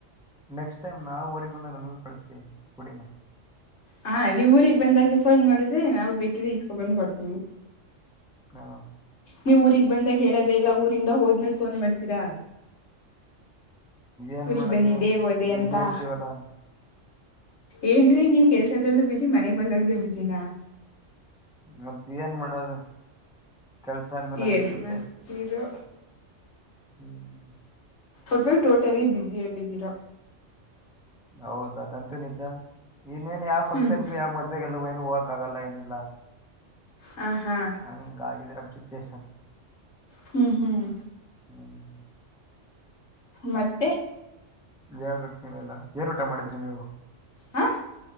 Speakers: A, in the centre; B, on the left (about 65°).
A: ನೆಕ್ಸ್ಟ್ ಟೈಮ್ ನಾವ ಊರಿಗ ಬಂದಾಗ ನಮಗೂ ಕಳ್ಸಿ ಪುಡಿನಾ.
B: ಹಾ ನೀವ್ ಊರಿಗ್ ಬಂದಾಗೆ ಫೋನ್ ಮಾಡುದ್ರೆ ನಾವು ಬೇಕಿದ್ರೆ ಇಸ್ಕೊ ಬಂದ್ ಕೊಡ್ತೀವಿ.
A: ಹಾ.
B: ನೀವ್ ಊರಿಗ್ ಬಂದಾಗ ಹೇಳದೇ ಇಲ್ಲ ಊರಿಂದ ಹೋದ್ಮೇಲ್ ಫೋನ್ ಮಾಡ್ತೀರಾ.
A: ಏನ್
B: ಊರಿಗ
A: ಮಾಡೋದು
B: ಬಂದಿದ್ದೇ ಓದೆ
A: ಬಿಜಿ
B: ಅಂತಾ.
A: ಇರ್ತೀವಲ್ಲಾ
B: ಏನ್ರೀ ನೀವ್ ಕೆಲ್ಸದಲ್ಲೂ ಬಿಜಿ ಮನೆಗ್ ಬಂದಾಗ್ಲೂ ಬಿಜಿನಾ.
A: ಮತ್ತೇನ್ ಮಾಡೋದು ಕೆಲ್ಸ ಅಂದ್ಮೇಲೆ ಹಂಗಿರುತ್ತೆ.
B: ಏನ್ ಮಾಡ್ತೀರೋ
A: ಹ್ಮ್.
B: ಒಟ್ನಲ್ಲಿ ಟೋಟಲಿ ಬ್ಯುಸಿಯಲ್ಲಿದ್ದೀರಾ.
A: ಹೌದ ಅದಂತೂ ನಿಜಾ ಇನ್ನೇನ್ ಯಾವ ಫಂಕ್ಷನ್ಗ
B: ಹ್ಮ್
A: ಯಾವ ಮದ್ವೆಗೆಲ್ಲ ಏನು ಹೋಗಕ್ ಆಗಲ್ಲ ಏನಿಲ್ಲ. ಲ್ಲಾ
B: ಹ ಹಾ
A: ಹಂಗಾಗಿದೆ ನಮ್ ಸಿಚುಯೇಷನ್.
B: ಹ್ಮ್ ಹ್ಮ್.
A: ಹ್ಮ್.
B: ಮತ್ತೆ.
A: ಹೇಳ್ಬೇಕ ನೀವೆಲ್ಲಾ ಏನ್ ಊಟಾ ಮಾಡಿದ್ರಿ ನೀವು.
B: ಹಾಂ.